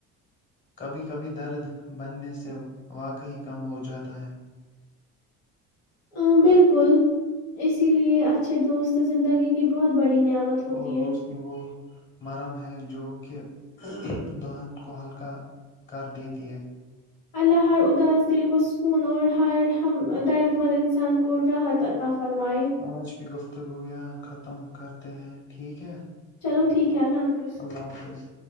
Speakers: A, on the left; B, on the left.
A: کبھی کبھی درد بننے سے واقعی کم ہوجاتا ہے
B: ہ بالکل اسی لیے اچھے دوست زندگی کی بہت بڑی نعمت ہوتی
A: اور دوستی
B: ہے
A: وہ مرم ہے جو کہ دلہن کو ہلکا کر دیتی ہے
B: اللہ ہر اداس دل کو سکون اور ہر ہم درد مند انسان کو راحت عطا فرمائے
A: آج کی گفت گویاں ختم کرتے ہیں ٹھیک ہے
B: چلو ٹھیک ہے اللہ حافظ
A: اللہ حافظ